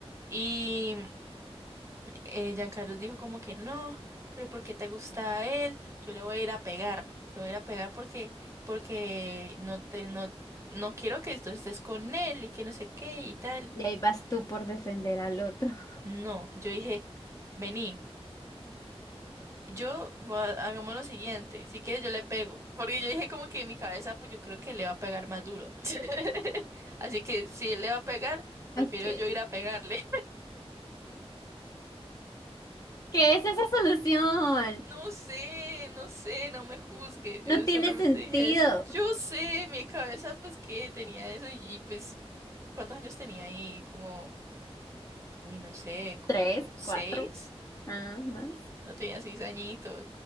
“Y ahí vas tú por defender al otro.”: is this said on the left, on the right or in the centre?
Left